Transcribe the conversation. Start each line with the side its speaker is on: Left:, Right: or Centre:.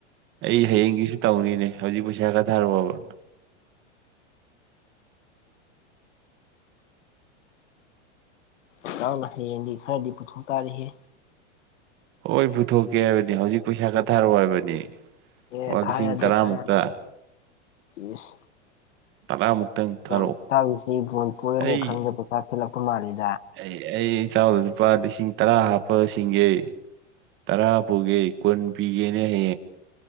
Right: ꯑꯩ ꯍꯌꯦꯡꯒꯤꯁꯨ ꯇꯧꯅꯤꯅꯦ ꯍꯧꯖꯤꯛ ꯄꯩꯁꯥ ꯈꯥꯔ ꯊꯥꯔꯛꯑꯣꯕ
Left: ꯏꯇꯥꯎꯅ ꯍꯌꯦꯡꯗꯤ ꯈꯥꯔꯗꯤ ꯄꯨꯊꯣꯛ ꯇꯥꯔꯤꯌꯦ
Right: ꯍꯣꯏ ꯄꯨꯊꯣꯛꯀꯦ ꯍꯥꯏꯕꯅꯤ ꯍꯧꯖꯤꯛ ꯄꯩꯁꯥ ꯈꯥꯔ ꯊꯔꯛꯑꯣ ꯍꯥꯏꯕꯅꯦ
Left: ꯑꯦ
Right: ꯍꯣꯏ
Left: ꯊꯥ
Right: ꯂꯤꯁꯤꯡ
Left: ꯌꯥꯗꯦ
Right: ꯇꯔꯥꯃꯨꯛꯇ
Left: ꯊꯥ ꯌꯥꯗꯦ ꯏꯁ
Right: ꯇꯔꯥꯃꯨꯛꯇꯪ ꯊꯥꯔꯛꯑꯣ
Left: ꯏꯇꯥꯎꯒꯤꯁꯦ ꯕꯣꯜ ꯄꯣꯔꯅꯤ
Right: ꯑꯩ
Left: ꯈꯪꯕꯩ ꯄꯩꯁꯥ ꯈꯜꯂꯞꯄꯅ ꯃꯜꯂꯤꯅꯤ
Right: ꯑꯩ ꯑꯩ ꯏꯇꯥꯎꯗ ꯂꯨꯄꯥ ꯂꯤꯁꯤꯡ ꯇꯔꯥ ꯍꯥꯞꯄ ꯁꯤꯡꯒꯦ ꯇꯔꯥ ꯄꯨꯒꯦ ꯀꯨꯟ ꯄꯤꯒꯦꯅꯦ ꯍ